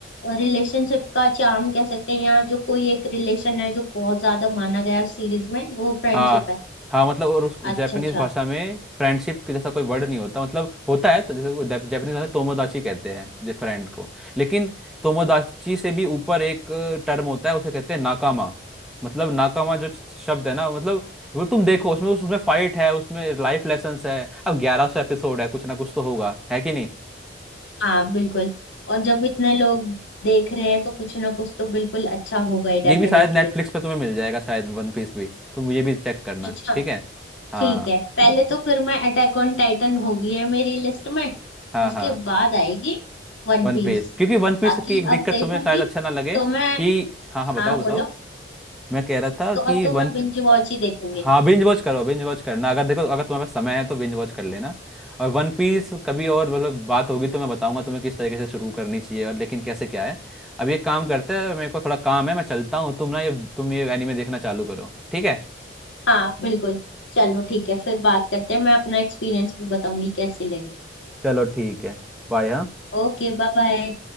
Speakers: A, on the left; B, in the centre.
A: रिलेशनशिप का चार्म कह सकते हैं या जो कोई एक रिलेशन है जो बहुत ज्यादा माना गया है उस सीरीज में वो फ्रेंडशिप
B: हाँ
A: है
B: हाँ मतलब और उस
A: अच्छा
B: जापानीज
A: अच्छा
B: भाषा में फ्रेंडशिप के जैसा कोई वर्ड नहीं होता मतलब होता है तो जैसे जापानीज भाषा में तोमोदाची कहते हैं जो फ्रेंड को लेकिन तोमोदाची से भी ऊपर एक टर्म होता है उसे कहते हैं नाकामा मतलब नाकामा जो शब्द है ना मतलब वो तुम देखो उसमें उसमें फाइट है उसमें लाइफ लेसन्स है अब ग्यारह सौ एपिसोड है कुछ ना कुछ तो होगा है कि नहीं
A: हाँ बिल्कुल और जब इतने लोग देख रहे हैं तो कुछ ना कुछ तो बिल्कुल अच्छा होगा ही डेफिनेटली
B: ये भी शायद नेटफ्लिक्स पे तुम्हें मिल जाएगा शायद वन पीस भी तुम ये भी चेक करना
A: अच्छा
B: ठीक है हाँ
A: ठीक है पहले तो फिर मैं अटैक ऑन टाइटन होगी है मेरी लिस्ट में
B: हाँ
A: उसके
B: हाँ
A: बाद आएगी वन
B: वन
A: पीस
B: पीस क्योंकि वन पीस
A: बाकी
B: की एक दिक्कत
A: अब देखूंगी
B: तुम्हें शायद अच्छा ना लगे
A: तो मैं
B: कि हाँ हाँ बताओ
A: हाँ बोलो
B: बताओ मैं कह रहा था
A: तो
B: कि
A: अब तो
B: वन
A: मैं बिंज वॉच ही देखूंगी
B: हाँ बिंज वॉच करो बिंज वॉच करना अगर देखो अगर तुम्हारे पास समय है तो बिंज वॉच कर लेना और वन पीस कभी और मतलब बात होगी तो मैं बताऊंगा तुम्हें किस तरीके से शुरू करनी चाहिए और लेकिन कैसे क्या है अब ये काम करते हैं मेरे को थोड़ा काम है मैं चलता हूँ तुम ना ये तुम ये एनीमे देखना चालू करो ठीक है
A: हाँ बिल्कुल चलो ठीक है फिर बात करते हैं मैं अपना एक्सपीरियंस भी बताऊंगी कैसी लगी
B: चलो ठीक है बाय हाँ
A: Okay bye bye